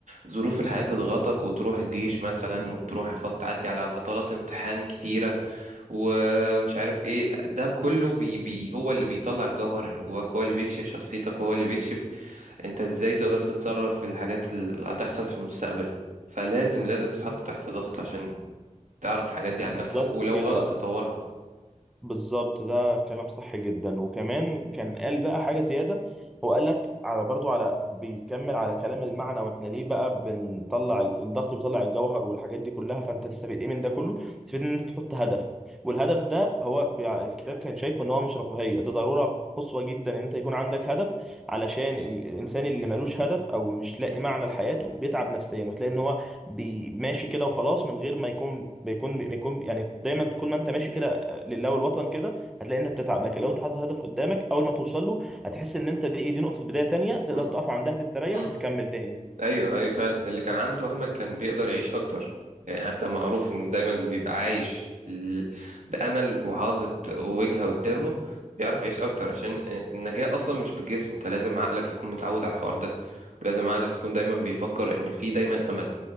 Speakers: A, on the right; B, in the centre.
A: ظروف الحياة تضغطك وتروح الجيش مثلا وتروح فت... تعدي على فترات امتحان كتيرة ومش عارف ايه ده كله بي بي هو اللي بيطلع الجوهر اللي جواك هو اللي بيكشف شخصيتك وهو اللي بيكشف انت ازاي تقدر تتصرف في الحاجات اللي هتحصل في المستقبل فلازم لازم تتحط تحت ضغط عشان تعرف الحاجات دي
B: بالظبط
A: عن نفسك ولو
B: كده
A: غلط تطورها
B: بالظبط ده كلام صح جدا وكمان كان قال بقى حاجة زيادة هو قال لك على برضو على بيكمل على كلام المعنى واحنا ليه بقى بنطلع ال- الضغط بيطلع الجوهر والحاجات دي كلها فانت تستفيد ايه من ده كله؟ تستفيد ان انت تحط هدف والهدف ده هو بيع- الكتاب كان شايفه ان هو مش رفاهية ده ضرورة قصوى جدا ان انت يكون عندك هدف علشان ال- الانسان اللي ملوش هدف او مش لاقي معنى لحياته بيتعب نفسيا وتلاقي ان هو بي- ماشي كده وخلاص من غير ما يكون بيكون بيكون يعني دايما طول ما انت ماشي كده لله والوطن كده هتلاقي انك بتتعب لكن لو انت حاطط هدف قدامك اول ما توصل له هتحس ان انت دي ايه، دي نقطه بدايه تانية تقدر
A: م-
B: تقف عندها تستريح
A: م.
B: وتكمل تاني
A: ايوه ايوه فعلا اللي كان عنده امل كان بيقدر يعيش اكتر يعني حتى معروف ان دايما اللي بيبقى عايش ال- بامل وحاطط وجهه قدامه بيعرف يعيش اكتر عشان النجاه اصلا مش بالجسم انت لازم عقلك يكون متعود على الحوار ده ولازم عقلك يكون دايما بيفكر ان في دايما امل